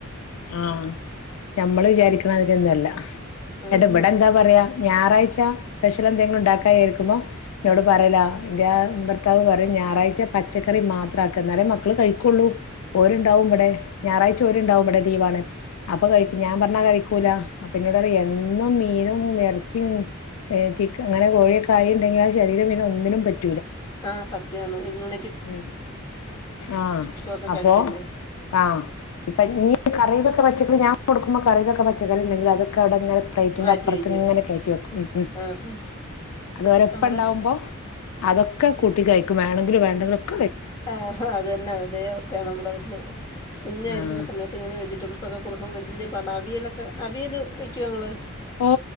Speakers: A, on the left; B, on the left.
A: ആഹ് ഞമ്മള് വിചാരിക്കണമാതിരിയൊന്നല്ല
B: ആഹ്
A: എട ഇവിടെ എന്താ പറയാ ഞാറാ യ്ച സ്പെഷ്യൽ എന്തെങ്കിലും ഉണ്ടാക്കായാരിക്കുമ്പോ എന്നോട് പറയല എന്റെ ഭർത്താവ് പറയും ഞായറാഴ്ച പച്ചക്കറി മാത്ര ആക്ക എന്നാലേ മക്കള് കഴിക്കുള്ളൂ ഓര്ണ്ടാവും ഇവടെ ഞായറാഴ് ച ഓരുണ്ടാകും ഇവടെ ലീവാണ് അപ്പൊ കഴിക്കും ഞാൻ പറഞ്ഞാ കഴിക്കൂല അപ്പ ഇന്നോട് പറിം എന്നും മീനും ഇറച്ചിയും ചിക്ക അങ്ങനെ കോഴിയൊക്കെ ആയി ഉണ്ടെങ്കിൽ ആ ശരീരം പിന്നെ ഒന്നിനും പറ്റു
B: ആഹ് സത്യാണ് ഇമ്മ്യൂ
A: ഉം ആഹ്
B: ഒക്കെ
A: അപ്പൊ
B: കഴിക്കണ്ടേ
A: ആഹ് ഇപ്പൊ ഇഞ് കറി ക്ക പച്ചക്കറി ഞൻ കൊടുക്ക്മ്പോ കറിയിലൊക്കെ പച്ചക്കറി ഉണ്ടെങ്കിൽ അതൊക്കെ അവിടെങ്ങനെ പ്ലേറ്റിന്റെ
B: മാറ്റി
A: അപ്പുറത്ത്
B: വെക്കും
A: ഇങ്ങനെ കയറ്റി വെക്കും ഉ ഉം
B: ആഹ്
A: അത് ഓരപ്പ
B: നമ്മുടെ
A: ഉണ്ടാവുമ്പോ അതൊക്കെ കൂട്ടി കഴി ക്കും വേണങ്കിലും വേ ണ്ടങ്കിലും
B: ആഹ അത്തന്നെ അതേ അവസ്ഥയാണ് നമ്മ മ <unintelligible> കുഞ്ഞായിരിക്കുന്ന
A: ആഹ്
B: സയത്ത് ഇങ്ങനെവെജിറ്റബിൾസ് സൊക്ക കൊടുക്കുമ്പോ വലിയ പാട അവിയലൊക്കെ അവിയൽ വയ്ക്കുമോ നിങ്ങൾ
A: ഓ